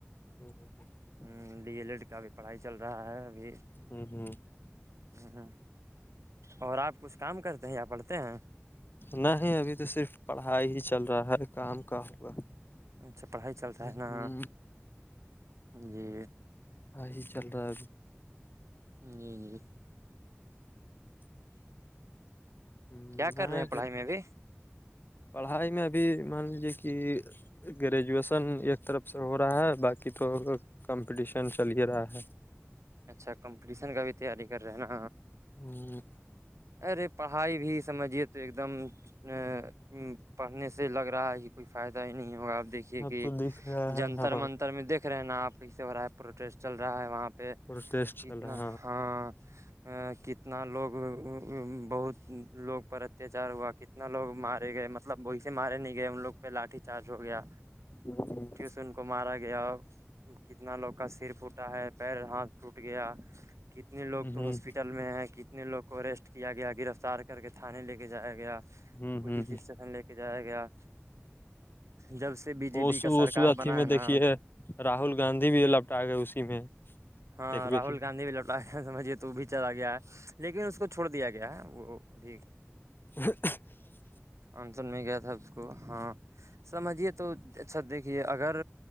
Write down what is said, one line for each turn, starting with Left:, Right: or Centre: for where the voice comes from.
Left: ہوں ہ ہ
Right: ہ ڈی ایل ایڈ کا بھی پڑھائی چل رہا ہے ابھی
Left: ہوں ہوں
Right: ہ ہ اور آپ کچھ کام کرتے ہیں یا پڑھتے ہیں
Left: نہ ہی ابھی تو صرف پڑھائی ہی چل رہا ہے کام کا ہوگا
Right: اچھا پڑھائی چل رہا
Left: ہ
Right: ہے نا جی
Left: ہی چل رہا ہے ابھی
Right: جی جی
Left: ابھی
Right: کیا کر
Left: ہاں
Right: رہے ہیں پڑھائی میں ابھی
Left: پڑھائی میں ابھی مان لیجیے کہ گریجویشن ایک طرف سے ہو رہا ہے باقی تو کمپٹیشن چل ہی رہا ہے
Right: اچھا کمپٹیشن کا بھی تیاری کر رہے ہیں نا
Left: ہوں
Right: ارے پڑھائی بھی سمجھیے تو ایک دم ا پڑھنے سے لگ رہا ہے ہی کوئی فائدہ ہی نہیں ہوگا اپ دیکھی کہ
Left: اب تو دکھ رہا
Right: جنتر
Left: ہے ہاں
Right: منتر میں دیک رہے ہیں نا آپ کیسے ہو رہا ہے پروٹیسٹ چل رہا ہے وہاں پہ
Left: پروٹیسٹ
Right: کتنا
Left: چل رہا ہے
Right: ہاں کتنا لوگ بہت لوگ پر اتیاچار ہوا کتنا لوگ مارے گئے مطلب وہی سے مارے نہیں گئے ہم لوگ لاٹھی چارج ہو گیا
Left: ہ ہ <unintelligible>
Right: سن کو مارا گیا کتنا لوگ کا سر پوٹا ہے پیر ہاتھ ٹوٹ گیا کتنے لوگ
Left: ہ
Right: تو ہاسپیٹل میں ہیں کتنے لوگ کو ریسٹ کیا گیا گرفتار کر کے تھانے لے کے جایا گیا
Left: ہ
Right: پولیس
Left: ہ ہ
Right: اسٹیشن لے کے جایا گیا جب سے بی جے
Left: اس
Right: پی کا سرکار
Left: اس
Right: بنا
Left: اھی میں
Right: ہے
Left: دیکھیے
Right: نا
Left: راہل گاندھی بھی ال لپ ٹا گئے اسی میں
Right: ہاں
Left: تقبے
Right: راہل
Left: کی
Right: گاندھی بھی لوٹا سمجھیے تو بھی چلا آ گیا ہے لیکن اس کو چھوڑ دیا گیا ہے وہ بھی
Left: ہ <inaudible>
Right: آنسر میں گیا تھا اس کو ہاں سمجھیے تو اچھا دیکھیے اگر